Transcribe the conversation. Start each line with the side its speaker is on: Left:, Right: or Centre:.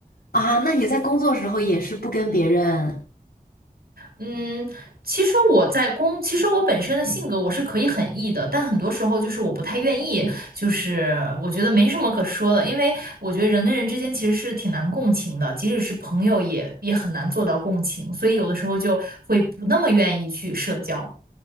Left: 啊，那你在工作时候也是不跟别人，
Right: 嗯，其实我在工，其实我本身的性格我是可以很 E 的，但很多时候就是我不太愿意，就是我觉得没什么可说的，因为我觉得人跟人之间其实是挺难共情的，即使是朋友也也很难做到共情，所以有的时候就会不那么愿意去社交。